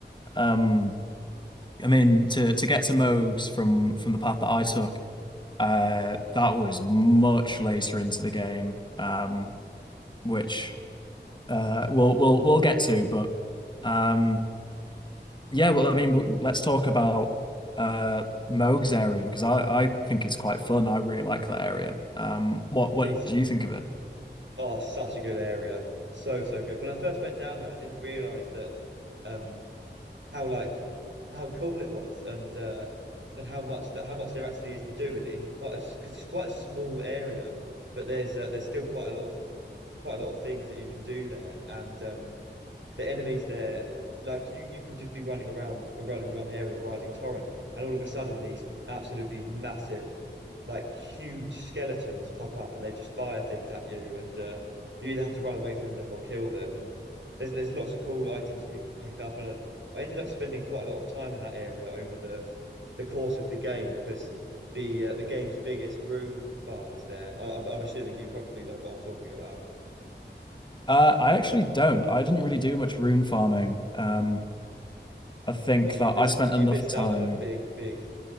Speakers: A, on the left; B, on the right.
A: Um, I mean, to to get to Moog's from from the path that I took, uh, that was much later into the game. Um, which. uh we'll we'll we'll get to, but um yeah, well I mean w- let's talk about uh Moog's area because I I think it's quite fun. I really like that area. Um what what
B: me too.
A: do you think of it?
B: Oh, it's such a good area. So, so good. When I first went down there, I didn't realize that um how like how cool it was and uh and how much that how much there actually is to do in, in quite a because it's quite a small area but there's uh, there's still quite a lot of quite a lot of things that you can do there and um the enemies there, like you, you can just be running around, running around the area, or riding torrent, and all of a sudden these absolutely massive, like huge skeletons pop up, and they just fire things at you, and uh, you either have to run away from them or kill them. And there's there's lots of cool items that you can pick up, and I, I ended up spending quite a lot of time in that area over the the course of the game because. The uh, the game's biggest rune farm is there. I, I'm I'm assuming you probably know what I'm talking about.
A: Uh I actually don't. I didn't really do much rune farming. Um I think
B: Oh,
A: that
B: you missed
A: I spent
B: you
A: enough
B: missed
A: time.
B: out on a big, big